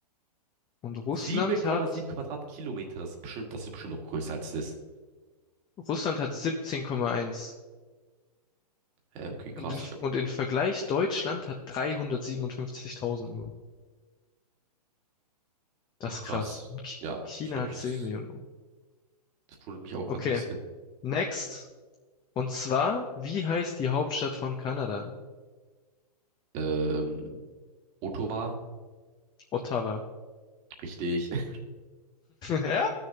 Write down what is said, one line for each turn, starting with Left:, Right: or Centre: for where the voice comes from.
Left: Und Russland
Right: 7,7
Left: hat,
Right: Quadratkilometer, das ist bestimmt, das ist bestimmt noch größer als das.
Left: Russland hat 17,1.
Right: Äh, okay, krass,
Left: Und in,
Right: ich hab,
Left: und in Vergleich, Deutschland hat 357.000 nur. Das
Right: ach
Left: ist
Right: krass.
Left: krass. Und Ch-
Right: Ja,
Left: China
Right: ich habe
Left: hat
Right: ich,
Left: 10 Millionen.
Right: das wundert mich auch gerade
Left: Okay,
Right: ein bisschen.
Left: next. Und zwar, wie heißt die Hauptstadt von Kanada?
Right: Ähm, Ottawa,
Left: Ottawa. <laughs>
Right: richtig. <laughs>
Left: Ja,